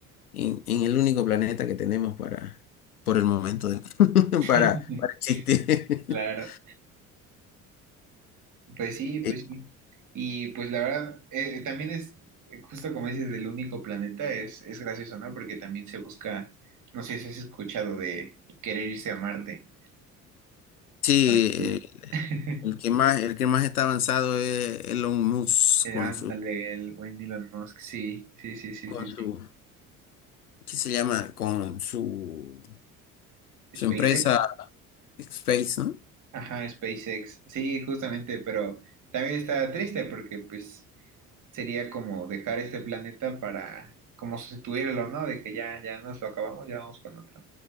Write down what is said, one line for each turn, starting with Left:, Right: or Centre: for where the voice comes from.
Left: en- en el único planeta que tenemos para, por el momento, de- <laughs>
Right: <laughs>
Left: para, para existir.
Right: Claro,
Left: <laughs>
Right: pues sí, pues
Left: Eh,
Right: sí. Y pues la verdad, eh, también es, eh, justo como dices, del único planeta, es, es gracioso, ¿no? Porque también se busca, no sé si has escuchado de querer irse a Marte
Left: Sí,
Right: a vivir.
Left: eh,
Right: <laughs>
Left: el que más, el que más está avanzado es Elon Musk
Right: Eh,
Left: con
Right: Ándale,
Left: su,
Right: el buen Elon Musk, sí, sí, sí, sí,
Left: con
Right: sí,
Left: sus
Right: sí.
Left: ¿qué se llama? Con su, su
Right: SpaceX.
Left: empresa Space, ¿no?
Right: Ajá, SpaceX. Sí, justamente, pero también está triste porque pues sería como dejar este planeta para como sustituirlo, ¿no? De que ya, ya nos lo acabamos, ya vamos con otro.